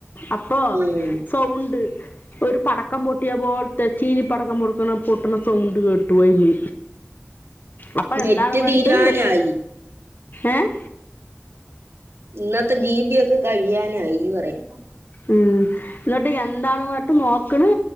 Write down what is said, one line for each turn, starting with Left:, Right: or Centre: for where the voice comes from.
Left: അപ്പൊ
Right: ഉം
Left: സൗണ്ട് ഒരു പടക്കം പൊട്ടിയ പോലത്തെ ചീനി പടക്കം പൊട്ട പൊട്ടണ സൗണ്ട് കേട്ടു <unintelligible> പോയി അപ്പൊ
Right: നെറ്റ്
Left: എന്താണ് വേണ്ടട്ട്
Right: തീരാനായി
Left: ഏഹ്
Right: ഇന്നത്തെ ജീബിയൊക്കെ കഴിയാനായീ പറയ
Left: ഉം എന്നിട്ട് എന്താണ് വ ട്ട് നോക്കണ്